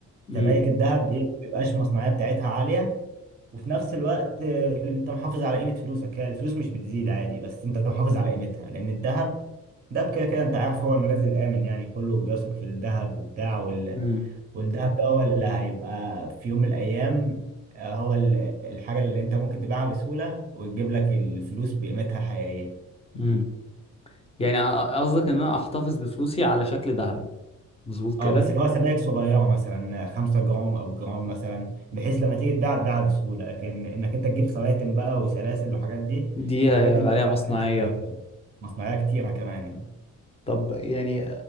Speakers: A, on the left (about 20°); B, on the right (about 30°).
A: امم
B: سبائك الذهب ايه ما بيبقاش المصنعيه بتاعتها عاليه وفي نفس الوقت آه، انت محافظ على قيمه فلوسك هي الفلوس مش بتزيد عادي بس انت محافظ على قيمتها لان الذهب ده كده كده انت عارف هو الملاذ الامن يعني كله بيثق في الذهب وبتاع وال...
A: امم
B: والذهب ده هو اللي هيبقى في يوم من الايام آه، هو ال- الحاجه اللي انت ممكن تبيعها بسهوله وتجيب لك الفلوس بقيمتها الحقيقيه
A: امم يعني أ- قصدك ان انا احتفظ بفلوسي على شكل ذهب مظبوط
B: اه
A: كده
B: بس اللي هو سبائك صغيره مثلا 5 جرام او جرام مثلا بحيث لما تيجي تباع تباعها بسهوله لكن انك انت تجيب خواتم بقى وسلاسل والحاجات دي
A: دي
B: الحاجات دي بيبقى
A: عليها
B: معاها
A: مصنعية
B: فلوس كبيرة. مصنعيه كتيره كمان يعني
A: طب يعني